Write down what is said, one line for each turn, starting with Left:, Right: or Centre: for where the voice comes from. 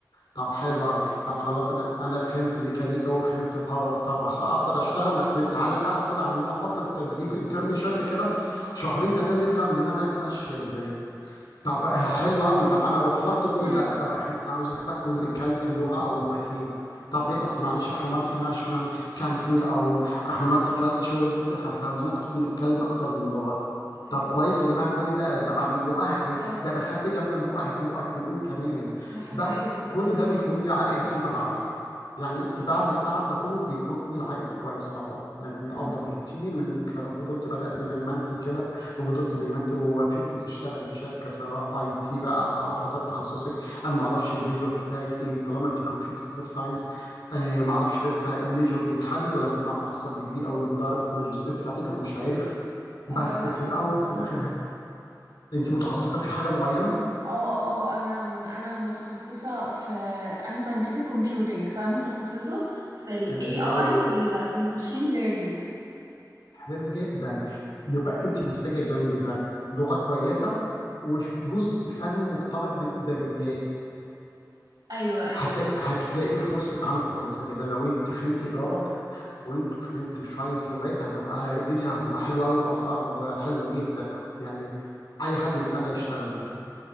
Left: طب حلو
Right: مم.
Left: قوي طب خلاص انا انا فهمت ميكانيكا وفهمت باور طب أخ- اقدر اشتغل لا طيب تعالى بقى خد عندنا فتره تدريب انترنشيب كده شهرين ثلاثه نفهم دماغك ماشيه ازاي طب آه، حلو قوي طب انا وفرت كل
Right: مم.
Left: ده طب احنا عاوزينك بقى تكون بتتكلم لغه او لغتين طب ليه اصل معلش احنا مالتي ناشونال كانتري او احنا مالتي كالتشرد فاحنا عاوزينك تكون بتتكلم اكتر من لغه
Right: أدري.
Left: طب كويس يا جماعه كل ده طبعا المؤهل
Right: اه
Left: ده انا خدت جنب المؤهل مؤهلين كمان
Right: ده حرفيا
Left: بس كل
Right: حرفيا
Left: ده بيكون ليه عائد فيما بعد يعني انت بعد التعب ده كله بيكون العائد كويس طبعا يعني افضل
Right: مم.
Left: بكتير من انك لو فضلت بدات زي ما انت كده وفضلت زي ما انت ووافقتي تشتغلي في شركه سواء اي تي بقى او حسب تخصصك انا ما اعرفش الميجور بتاعك ايه طالما انت كمبيوتر ساينس ما اعرفش لسه الميجور بيتحدد ولا في الماستر ديجري او درجه الماجستير بتاعتك انا مش عارف بس
Right: اه لا
Left: في الاول
Right: اه
Left: وفي
Right: مم.
Left: الاخر انت متخصصه في حاجه معينه
Right: اه اه اه انا انا متخصصه في انا scientific computing فانا متخصصه في ال
Left: حلو
Right: AI
Left: قوي
Right: وال وال machine learning
Left: حلو جدا يبقى انت محتاجه جنبي ده لغه كويسه وجزء فني مرتبط بالاداريات
Right: ايوه ايوه
Left: هتلاقي
Right: ايوه
Left: هتلاقي فرصه عمل كويسه جدا لو انت فهمت اداره لو انت فهمت شويه لغات هتبقى الدنيا هتبقى حلوه قوي باسعار حلوه جدا يعني اي حد يتمنى يشتغل بيها